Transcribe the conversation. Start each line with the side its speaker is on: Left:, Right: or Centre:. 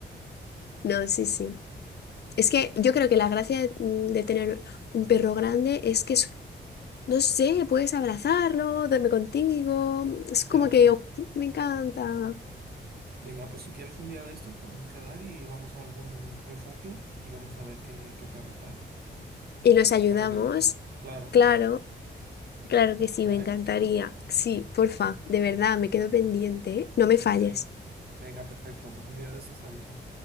Left: No, sí, sí. Es que yo creo que la gracia de, mm, de tener un perro grande es que es- no sé, puedes abrazarlo, duerme contigo, es como
Right: Ya.
Left: que oh, me encanta.
Right: Venga, pues si quieres un día de estos podemos quedar y vamos a algún refugio y vamos a ver qué, qué perros hay.
Left: Y nos ayudamos,
Right: Para que te coja. Claro,
Left: claro. Claro que sí,
Right: ¿vale?
Left: me encantaría. Sí, porfa, de verdad, me quedo pendiente, ¿eh? No me falles.
Right: Venga. Venga, perfecto. Pues un día de estos te aviso.